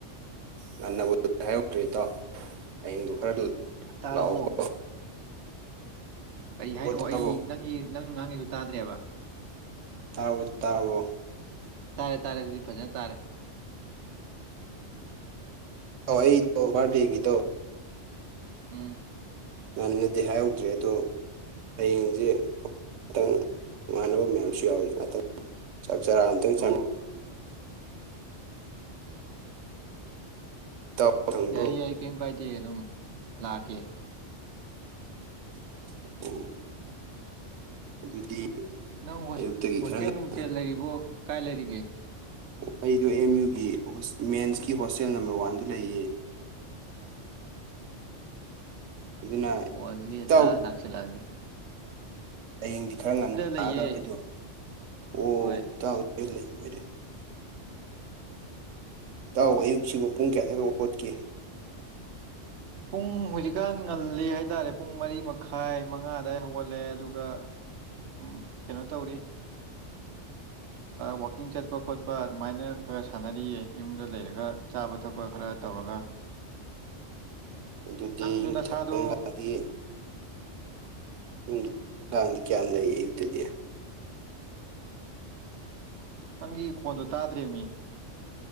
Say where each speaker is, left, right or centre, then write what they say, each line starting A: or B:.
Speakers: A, on the right (about 90°); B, on the right (about 60°).
A: ꯉꯟꯅꯕꯨ ꯍꯥꯏꯍꯧꯗ꯭ꯔꯦ ꯏꯇꯥꯎ ꯍꯌꯦꯡꯗꯣ ꯈꯔ
B: ꯇꯥꯔꯕꯣ
A: ꯂꯥꯛꯑꯣꯀꯣ
B: ꯀꯩ ꯍꯥꯏꯅꯣ
A: ꯇꯥꯔꯕꯣ
B: ꯑꯩ ꯅꯪꯒꯤ ꯅꯪ ꯉꯥꯡꯉꯤꯗꯨ ꯇꯥꯗ꯭ꯔꯦꯕ
A: ꯇꯔꯕꯣ ꯇꯔꯕꯣ
B: ꯇꯥꯔꯦ ꯇꯥꯔꯦ ꯑꯗꯨꯗꯤ ꯐꯖꯅ ꯇꯥꯔꯦ
A: ꯍꯣ ꯑꯩꯗꯥ ꯕꯥꯔꯗꯦꯒꯤꯗꯣ
B: ꯎꯝ
A: ꯉꯟꯅꯗꯤ ꯍꯥꯏꯍꯧꯗ꯭ꯔꯦ ꯑꯗꯣ ꯍꯌꯦꯡꯁꯦ ꯉꯥꯛꯇꯪ ꯏꯉꯥꯟꯅꯕ ꯃꯌꯥꯝꯁꯨ ꯌꯥꯎꯋ ꯉꯥꯛꯇꯪ ꯆꯥꯛ ꯆꯔꯑ ꯑꯝꯇꯪ ꯆꯃꯤ
B: ꯑꯣ
A: ꯏꯇꯥꯎ ꯁꯪꯕ꯭ꯔꯣ
B: ꯌꯥꯏ ꯌꯥꯏ ꯀꯩꯝ ꯀꯥꯏꯗꯦ ꯑꯗꯨꯝ ꯂꯥꯛꯀꯦ
A: ꯑꯣ ꯑꯗꯨꯗꯤ
B: ꯅꯪ
A: ꯑꯌꯨꯛꯇꯒꯤ
B: ꯍꯣꯁꯇꯦꯜ
A: ꯈꯔ ꯉꯟꯅ
B: ꯅꯨꯡꯊꯦꯜ ꯂꯩꯔꯤꯕꯣ ꯀꯥꯏ ꯂꯩꯔꯤꯒꯦ
A: ꯑꯩꯗꯣ ꯑꯦꯝ ꯌꯨꯒꯤ ꯃꯦꯟꯁꯀꯤ ꯍꯣꯁꯇꯦꯜ ꯅꯝꯕꯔ ꯋꯥꯟꯗ ꯂꯩꯌꯦ ꯑꯗꯨꯅ
B: ꯑꯣ ꯑꯗꯨꯗꯤ
A: ꯏꯇꯥꯎ
B: ꯍꯦꯛꯇ ꯂꯥꯛꯁꯤꯜꯂꯛꯑꯒꯦ
A: ꯍꯌꯦꯡꯗꯤ ꯈꯔ ꯉꯟꯅ ꯂꯥꯛꯑꯒ
B: ꯂꯩꯌꯦ
A: ꯑꯩꯈꯣꯏꯗꯣ ꯑꯣ
B: ꯍꯣꯏ
A: ꯇꯥꯎ ꯂꯩꯔꯣꯏ ꯏꯇꯥꯎ ꯑꯌꯨꯛꯁꯤꯕꯨ ꯄꯨꯡ ꯀꯌꯥꯗꯒ ꯍꯧꯒꯠꯀꯦ
B: ꯄꯨꯡ ꯍꯧꯨꯖꯤꯛꯀꯥꯟ ꯉꯜꯂꯦ ꯍꯥꯏꯇꯥꯔꯦ ꯄꯨꯡ ꯃꯔꯤ ꯃꯈꯥꯏ ꯃꯉꯥꯗꯏ ꯍꯧꯒꯠꯂꯦ ꯑꯗꯨꯒ ꯎꯝ ꯀꯩꯅꯣ ꯇꯧꯔꯤ ꯋꯥꯋꯀꯤꯡ ꯆꯠꯄ ꯈꯣꯠꯄ ꯑꯗꯨꯃꯥꯏꯅ ꯈꯔ ꯁꯥꯟꯅꯔꯤꯌꯦ ꯌꯨꯝꯗ ꯂꯩꯔꯒ ꯆꯥꯕ ꯊꯛꯄ ꯈꯔ ꯇꯧ ꯇꯧꯔꯒ
A: ꯑꯗꯨꯗꯤ
B: ꯅꯪꯁꯨ
A: ꯌꯨꯝꯕꯤ
B: ꯅꯁꯥꯗꯣ
A: ꯊꯛ ꯇꯗꯤ <unintelligible> ꯌꯨꯝꯗꯤ <unintelligible> ꯀꯌꯥ ꯂꯩꯏ ꯑꯌꯨꯛꯇꯗꯤ
B: ꯅꯪꯒꯤ ꯈꯣꯟꯗꯣ ꯇꯥꯗ꯭ꯔꯔꯤꯃꯤ